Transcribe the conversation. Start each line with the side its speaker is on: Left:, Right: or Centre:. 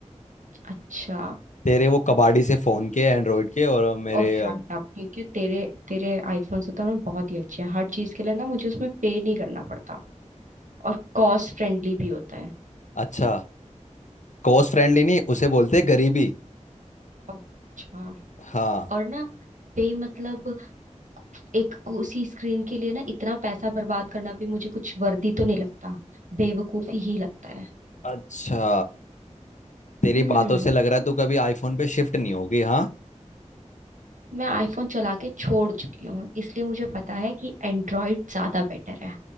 Right: अच्छा
Left: तेरे वो कबाड़ी से फोन के एंड्रॉयड के और मेरे
Right: और शट
Left: अ,
Right: अप ठीक है तेरे तेरे आईफोन से तो ना बहुत ही अच्छे हैं हर चीज के लिए ना मुझे उसमें पे नहीं करना पड़ता और कॉस्ट फ्रेंडली भी होता है
Left: अच्छा कोस्ट फ्रेंडली नहीं उसे बोलते हैं गरीबी
Right: अच्छा
Left: हाँ
Right: और ना पे मतलब एक उसी स्क्रीन के लिए ना इतना पैसा बर्बाद करना भी मुझे कुछ वर्दी तो नहीं लगता बेवकूफी ही लगता है
Left: अच्छा तेरी
Right: हम्म
Left: बातों से लग रहा है तू कभी आईफोन पे शिफ्ट नहीं होगी हाँ
Right: मैं आईफोन चला के छोड़ चुकी हूँ इसलिए मुझे पता है कि एंड्रॉइड ज्यादा बेटर है